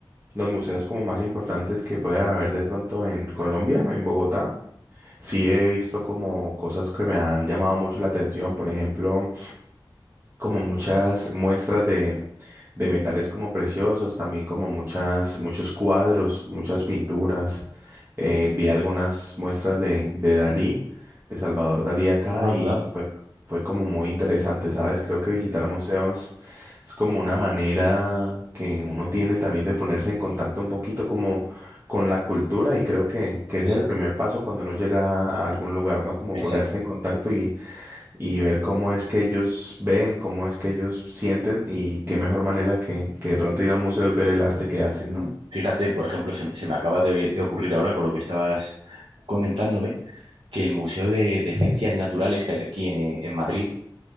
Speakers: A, on the right; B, on the right.
A: los museos como más importantes que pueda haber de pronto en Colombia, en Bogotá, sí he visto como cosas que me han llamado mucho la atención, por ejemplo, como muchas muestras de de metales como preciosos, también como muchas, muchos cuadros, muchas pinturas. Eh, vi algunas muestras de, de Dalí, de Salvador Dalí acá
B: Anda,
A: y, y fue, fue como muy interesante, ¿sabes? Creo que visitar museos es como una manera que uno tiene también de ponerse en contacto un poquito como con la cultura y creo que, que
B: exacto.
A: ese es el primer paso cuando uno llega a algún lugar, ¿no? Como
B: Exacto.
A: ponerse en contacto y ver cómo es que ellos ven, cómo es que ellos sienten y qué mejor manera que, que de pronto ir a un museo y ver el arte que hacen,
B: Mm,
A: ¿no?
B: Fíjate, por ejemplo, se, se me acaba de, de ocurrir ahora con lo que estabas comentándome, que el Museo de, de Ciencias Naturales que hay aquí en, eh, en Madrid